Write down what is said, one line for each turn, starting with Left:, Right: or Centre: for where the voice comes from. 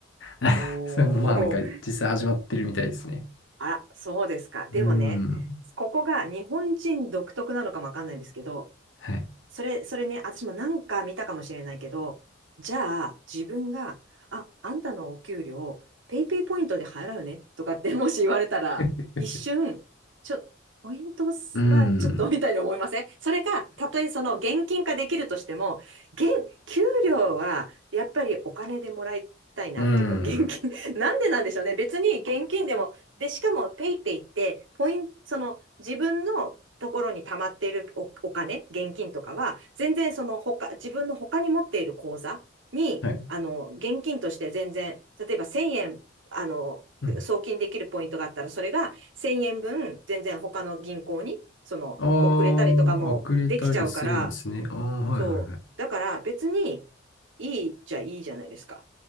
Left: <laughs>
Right: おー。
Left: そのまあなんか実際始まってるみたいですね。
Right: あ、そうですか。でもね、
Left: うーん。
Right: ここが日本人独特なのかもわかんないんですけど、
Left: はい。
Right: それ、それね、私もなんか見たかもしれないけど、じゃあ自分が、あ、あんたのお給料、ペイペイポイントで払うねとかってもし言われたら、
Left: <laughs>
Right: 一瞬、ちょ、ポイントは
Left: うーん。
Right: ちょっとみたいに思いませんそれが、たとえその現金化できるとしても、現、給料はやっぱりお金でもらいたいなっていうか、
Left: うーん。
Right: 現金、<laughs> なんでなんでしょうね。別に現金でも、で、しかもペイペイって、ポイント、その自分のところに溜まっているお、お金、現金とかは、全然その他、自分の他に持っている口座に、
Left: はい。
Right: あの、現金として全然、例えば1000円、あの、
Left: うん。
Right: 送金できるポイントがあったら、それが1000円分、全然他の銀行に、その、
Left: ああ、
Right: 遅れたりとかもできちゃうから、
Left: あくれたりするんですね。ああ、はいはいはい。
Right: そう。だから別にいいっちゃいいじゃないですか。